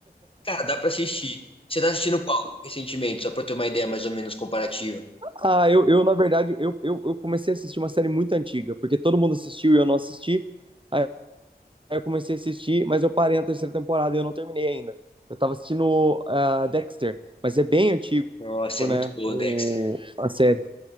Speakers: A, on the left; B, on the right.
A: Cara, dá pra assistir. Você tá assistindo qual recentemente? Só pra eu ter uma ideia mais ou menos comparativa.
B: Ah, eu, eu na verdade, eu, eu, eu comecei a assistir uma série muito antiga, porque todo mundo assistiu e eu não assisti. Aí eu comecei a assistir, mas eu parei na terceira temporada e eu não terminei ainda. Eu tava assistindo ah, Dexter, mas é bem antigo,
A: Nossa,
B: né,
A: é muito boa,
B: o,
A: Dexter.
B: a série.